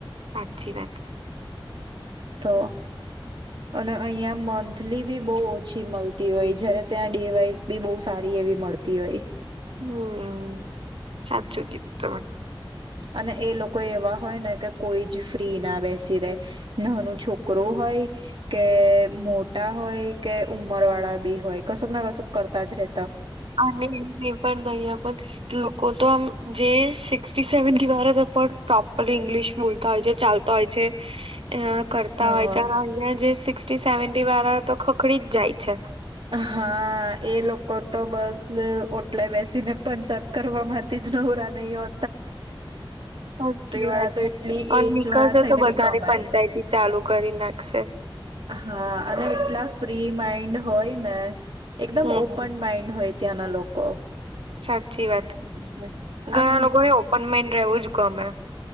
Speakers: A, on the right; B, on the right.
A: સાચી વાત.
B: તો અને અહીંયા મંથલી બી બહુ ઓછી મળતી હોય જયારે ત્યાં ડે વાઇસ બી બહુ સારી એવી મળતી હોય.
A: હમ્મ, સાચું કીધું તમે.
B: અને એ લોકો એવા હોય ને કે કોઈ જ ફ્રી ના બેસી રે. નાનું છોકરો
A: હમ.
B: હોય. કે મોટા હોય કે ઉમર વાળા બી હોય કશુંક ના કશુંક કરતા જ રે
A: આ ને એ એ પણ <inaudible> કો તો આમ જે સિક્ટી સેવેન્ટી વાળા પ્રોપર ઇંગ્લિશ બોલતા હોય છે ચાલતા હોય છે. અ કરતા
B: હા
A: હોય જ્યારે અહિયાં જે સિક ટી સેવેન્ટી વાળા તો ખખડી જ જાય છે.
B: હા એ લોકો તો બસ ઓટલાય બેસીને પંચાયત કરવા માંથી જ નવરા નહી હો
A: સાચી
B: વાળા
A: વાત
B: તો
A: છે.
B: એટલી
A: અન
B: એજ
A: નીકળશે
B: વાળા થઈને
A: તો બધાને
B: બી કમાય
A: પંચાયતી ચાલુ કરી નાખશે.
B: હા અને એટલા ફ્રી માઈન્ડ હોય ને. એકદમ
A: હમ.
B: ઓપન માઇન્ડ હોય. ત્યાંના લોકો.
A: સાચી વાત <inaudible> ઘણા
B: આમ
A: લોકો એ ઓપન માઈન્ડ રહેવું જ ગમે.